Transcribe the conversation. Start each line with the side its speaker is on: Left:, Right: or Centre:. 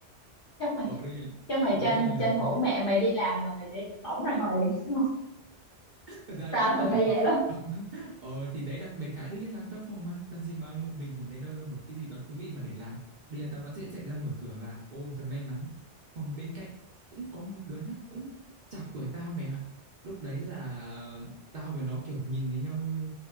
Left: chắc mày
Right: Ở đương nhiên,
Left: chắc mày
Right: ở
Left: tranh
Right: đương nhiên là
Left: tranh
Right: không.
Left: thủ mẹ mày đi làm là mày sẽ tổng ra ngoài liền đúng không?
Right: Thật ra là
Left: tao
Right: cũng không
Left: thường
Right: hẳn.
Left: hay vậy lắm
Right: <laughs> Ờ, thì đấy đặc biệt cái đương nhiên là trong phòng mà, làm gì mà một mình thì lấy đâu ra một cái gì đó thú vị mà để làm. Đương nhiên tao vẫn sẽ chạy ra mở cửa và ô thật may mắn, phòng bên cạnh cũng có một đứa nhóc cũng chạc tuổi tao mày ạ. Lúc đấy là tao với nó kiểu nhìn thấy nhau như